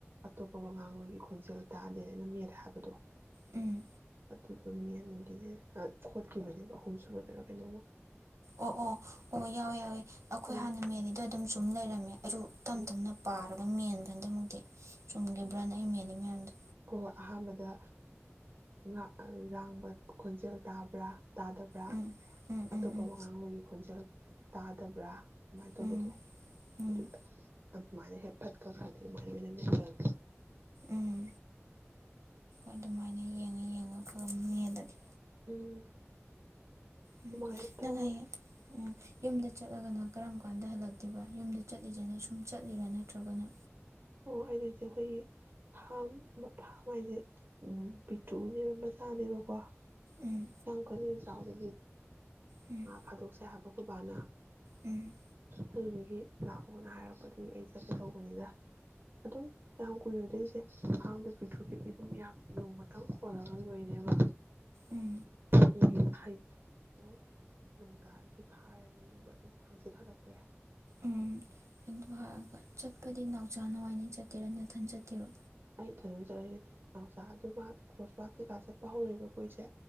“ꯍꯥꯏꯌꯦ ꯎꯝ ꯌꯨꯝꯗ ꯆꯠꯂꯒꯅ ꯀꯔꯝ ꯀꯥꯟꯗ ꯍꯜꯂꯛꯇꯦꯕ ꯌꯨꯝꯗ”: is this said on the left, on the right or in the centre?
Right